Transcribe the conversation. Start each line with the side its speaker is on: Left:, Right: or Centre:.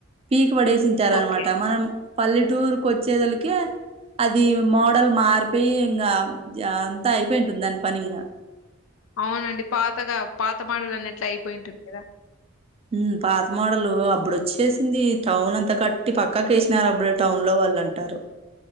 Right: పీక్ పడేసింటారనమాట
Left: ఓకే.
Right: మనం పల్లెటూర్కి వచ్చేదలకి అది మోడల్ మారిపోయి ఇంగ్ గ జ అంతా అయిపోయింటుంది దాని పనింగా
Left: అవునండి పాతగా పాత మాడల్ అన్నట్లు అయిపోయింటుంది కదా
Right: ఊ పాత మోడలు అప్పుడు వచ్చేసింది టౌన్ అంతా కట్టి పక్కకేసినారు అప్పుడు టౌన్ లో వాళ్ళు అంటారు